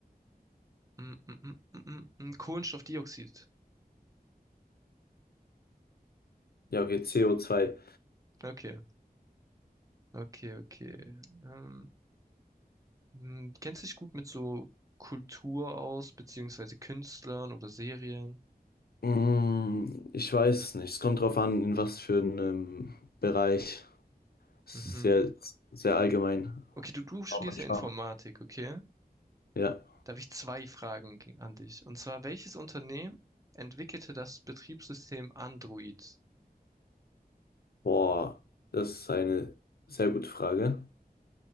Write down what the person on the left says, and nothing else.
Ja, okay, CO2.
Mm, ich weiß es nicht. Es kommt drauf an, in was für einem Bereich. Sehr,
sehr allgemein.
Aber mal
schauen.
Ja.
Boah, das ist eine sehr gute Frage.